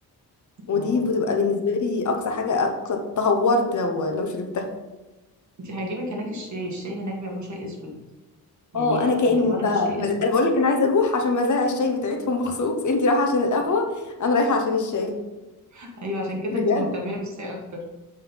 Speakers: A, on the left; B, on the right.
A: ودي
B: اه
A: بتبقى بالنسبه لي اقصى حاجه اقصى تهورت لو لو شربتها
B: انت هيعجبك هناك الشاي الشاي هناك بيعملوا شاي اسود يعني
A: اه
B: ح-
A: انا كأن
B: آه، ورق
A: بقى
B: الشاي
A: مز...
B: اسود
A: انا بقول لك انا عايزه اروح عشان مزارع الشاي بتاعتهم مخصوص انت رايحه عشان القهوه انا رايحه عشان الشاي
B: <laughs> ايوه عشان كده
A: بجد
B: انت مهتميه بالشاي اكتر